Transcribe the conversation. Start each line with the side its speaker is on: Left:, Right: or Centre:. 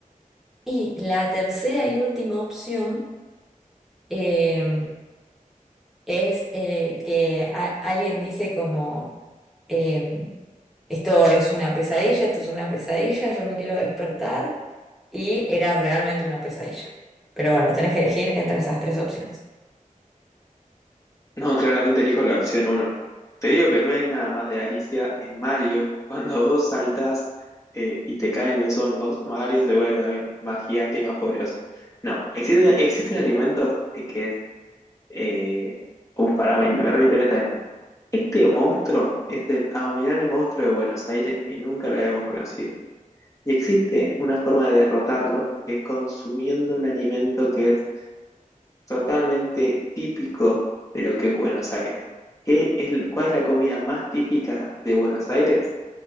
Centre: Y la tercera y última opción eh, es eh, que a- alguien dice como, eh, esto es una pesadilla, esto es una pesadilla, yo me quiero despertar y era realmente una pesadilla. Pero bueno, tenés que elegir entre esas tres opciones.
Left: No, claramente elijo la opción uno. Te digo que no es nada más de Alicia en Mario. Cuando vos saltás eh, y te caen los hongos, Mario se vuelve también más gigante y más poderoso. No, existen, existen alimentos que que es... Eh, uf, pará, me, me reinteresa esto. Este monstruo es el abominable monstruo de Buenos Aires que nunca lo habíamos conocido. Y existe una forma de derrotarlo, que es consumiendo un alimento que es totalmente típico de lo que es Buenos Aires. ¿Qué es, cuál es la comida más típica de Buenos Aires?